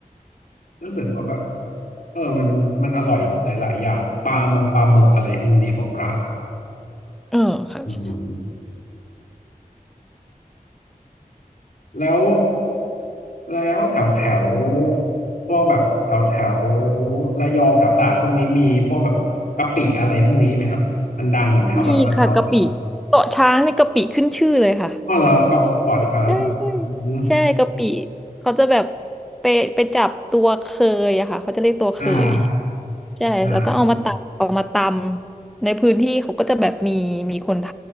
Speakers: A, on the left (about 65°); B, in the centre.
A: รู้สึกว่าแบบเออมันมันอร่อยหลายๆอย่างปลามงปลาหมึกอะไรพวกนี้พวกปลา
B: เออค่ะ
A: อืม แล้วแล้วแถวแถวพวกแบบแถวแถวระยองแถวตราดพวกนี้มีพวกแบบกะปิอะไรพวกนี้ไหมครับมันดังเหมือนแถวแบบระยองเลย
B: มีค่ะกะปิเกาะช้างเนี่ยกะปิขึ้นชื่อเลยค่ะ
A: ก็แล้วก็เกาะช้าง
B: ใช่ใช่
A: อืม
B: ใช่กะปิเขาจะแบบไปไปจับตัวเคยอะค่ะเขาจะเรียกตัวเคย
A: อ่า
B: ใช่แล้วก็เอามาตำเอามาตำในพื้นที่เขาก็จะแบบมีมีคนท
A: อ่า